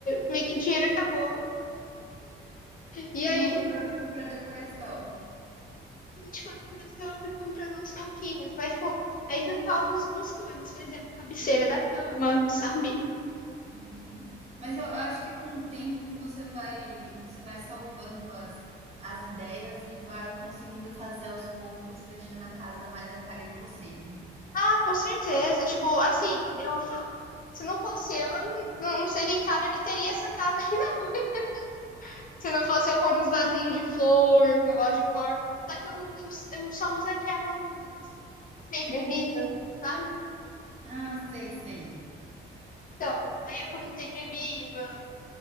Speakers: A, on the left; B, on the right.
A: meio que o dinheiro acabou. E aí,
B: E não sobrou tanto para decoração.
A: tipo, a decoração eu fui comprando aos pouquinhos. Mas, tipo, ainda faltam umas coisas. Por exemplo, cabeceira da cama, sabe?
B: Uhum. Mas eu acho que com o tempo você vai você vai salvando as as ideias e vai conseguindo fazer aos poucos, deixando a casa mais a cara de vocês, né.
A: Ah, com certeza. Tipo, assim, eu falo. Se não fosse eu, eu não não sei que cara que teria essa casa aqui, não. <laughs> Se não fosse eu pôr uns vasinhos de flor, que eu gosto de flor. Só que eu, eu, eu só uso aquelas sempre vivas, sabe?
B: Ah, sei, sei.
A: Então, aí eu ponho um sempre viva,